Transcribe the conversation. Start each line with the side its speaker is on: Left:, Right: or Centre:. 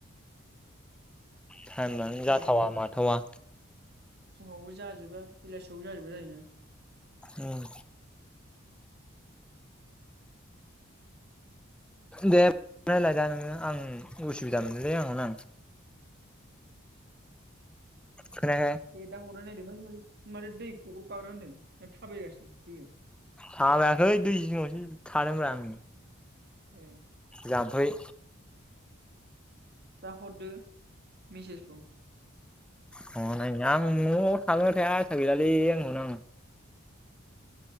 Centre: टाइम लानो
Right: फुङावबो
Centre: जाथावा माथावा।
Right: फुङावबो जाजोबा बेलासियावबो जाजोबा जायोना।
Centre: उम। दे रायलायदो नोङो आं उसुबिदा मोनोलै आंनावनो आं। खोनायाखै?
Right: दे दा हरनाय नायदो। आमफाय माथो दै गग्र गाग्रा होन्दों ना थाबायगासिनो दैजों?
Centre: थाबायाखै दै जिङावसो थादोंब्रा आं।
Right: ए।
Centre: जामफै।
Right: दा हरदो मेसेजखौ।
Centre: हनै आं नआव थागोनना थाया आं आसा गैयालै आंखौनो आं।